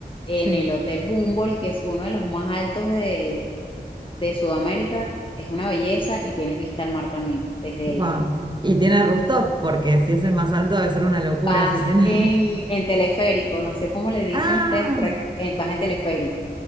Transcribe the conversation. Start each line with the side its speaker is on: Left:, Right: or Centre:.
Left: en
Right: sí.
Left: el Hotel Humboldt, que es uno de los más altos de, de Sudamérica, es una belleza y tienes vista al mar también desde
Right: Wow.
Left: ahí.
Right: Y tiene rooftop, porque si es el más alto debe ser una locura
Left: Vas
Right: si tiene.
Left: en,
Right: <laughs>
Left: en teleférico, no sé cómo le dicen
Right: Ah,
Left: ustedes, por eh, vas en teleférico.